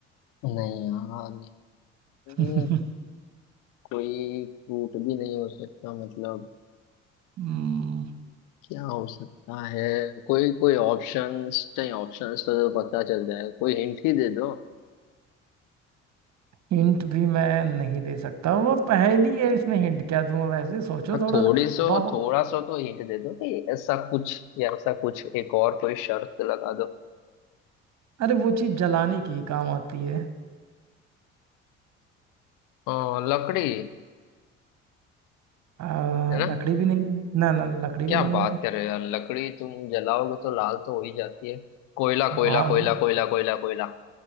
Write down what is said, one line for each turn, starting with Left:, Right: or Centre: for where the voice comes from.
Left: नहीं यार नहीं
Right: <laughs>
Left: कोई फ्रूट भी नहीं हो सकता मतलब
Right: हम्म
Left: क्या हो सकता है कोई कोई ऑप्शंस नहीं ऑप्शंस तो, तो पता चल जाए कोई हिंट ही दे दो
Right: हिंट भी मैं नहीं दे सकता वो पहेली है इसमें हिंट क्या दूं वैसे सोचो
Left: हाँ,
Right: थोड़ा
Left: थोड़ी
Right: सा
Left: सो
Right: बहुत
Left: थोड़ा सो तो हिंट दे दो कि ऐसा कुछ या ऐसा कुछ एक और कोई शर्त लगा दो
Right: अरे वो चीज जलाने की ही काम आती है
Left: अ, लकड़ी
Right: आ,
Left: है ना
Right: लकड़ी भी नहीं है ना ना लकड़ी
Left: क्या
Right: भी नहीं
Left: बात
Right: है
Left: कर रहे हो यार लकड़ी तुम जलाओगे तो लाल तो हो ही जाती है कोयला कोयला
Right: हाँ
Left: कोयला कोयला कोयला कोयला